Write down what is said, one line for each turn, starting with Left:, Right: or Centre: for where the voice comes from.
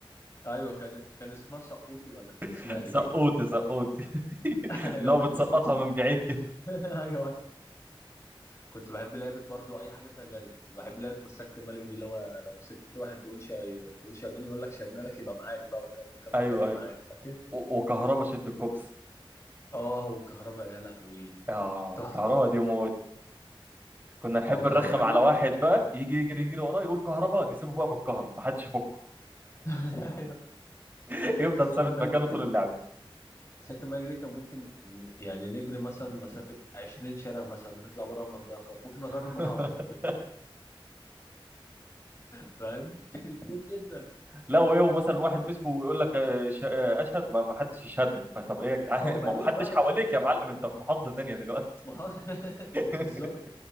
Left: ايوه كان كان اسمها سقوطي ولا كان
Right: <laughs>
Left: اسمها ايه
Right: سقوطي سقوطي <laughs>
Left: <laughs> ايوه
Right: اللي هو
Left: كان
Right: بتسقطها
Left: اسمها سقوطي
Right: من بعيد كده
Left: <laughs> ايوه أيوة. كنت بحب لعبه برضو اي حاجه فيها جري كنت بحب لعبه مسكت الملك دي اللي هو لو مسكت واحد تقول شا... تقول شادون يقول لك شدنا لك يبقى معاك بقى وكمل كمل
Right: ايوه
Left: جري
Right: أيوه.
Left: معاك <laughs> فاكر
Right: و- وكهربا شد الكوبس
Left: اه وكهرباء يا لهوي
Right: اه
Left: تحفه
Right: كهربا دي موت كنا نحب
Left: اه
Right: نرخم
Left: كهرباء
Right: على
Left: دي
Right: واحد بقى يجي يجري يجري وراه يقول كهربا نسيبه بقى متكهرب محدش يفكه
Left: <laughs> أيوة.
Right: <laughs> يفضل
Left: مسكت
Right: ثابت
Left: الملك
Right: مكانه طول
Left: دي
Right: اللعبه
Left: مسكت الملك دي كان ممكن ن- يعني نجري مثلا مسافه 20 شارع مثلا نطلع بره المنطقه خالص ممكن نغير المحافظه
Right: <laughs>
Left: فيها فاهم تجري كتير جدا
Right: لا وايه ومثلا واحد مسكه ويقول لك آه، ش- آه، اشهد ما ما حدش يشهد له فطب ايه يا جدعان
Left: اه
Right: <laughs>
Left: بعيد
Right: ما ما حدش
Left: بقى
Right: حواليك
Left: العيال
Right: يا
Left: خلاص
Right: معلم انت في محافظه تانيه دلوقتي
Left: محافظه <laughs>
Right: <laughs>
Left: بالظبط